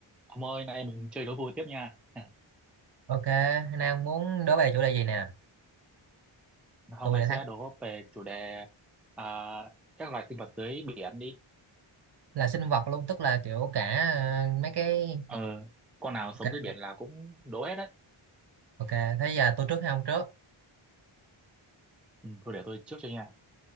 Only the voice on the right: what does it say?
Ok, Nam muốn đố về chủ đề gì nè?
Tôi
đã
thắng
là sinh vật luôn, tức là kiểu cả ờ, mấy cái
ok,
ok. Thế giờ tôi trước hay ông trước?